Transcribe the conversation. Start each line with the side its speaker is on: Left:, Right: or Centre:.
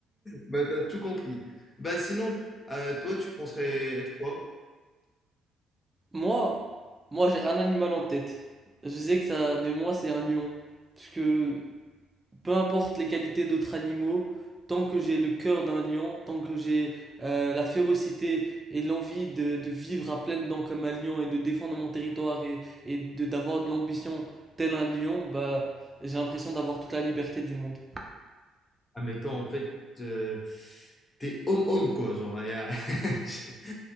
Left: Bah t'as tout compris. Bah sinon, euh, toi, tu penserais être quoi?
Right: Moi, moi j'ai un animal en tête. Je sais que ça, mais moi c'est un lion. Parce que peu importe les qualités d'autres animaux, tant que j'ai le cœur d'un lion, tant que j'ai euh, la férocité et l'envie de, de vivre à pleines dents comme un lion et de défendre mon territoire et, et de d'avoir de l'ambition tel un lion, bah j'ai l'impression d'avoir toute la liberté du monde.
Left: Ah mais Admettons, en fait, euh, t'es homme-homme, quoi. Genre, et, euh, <laughs> tu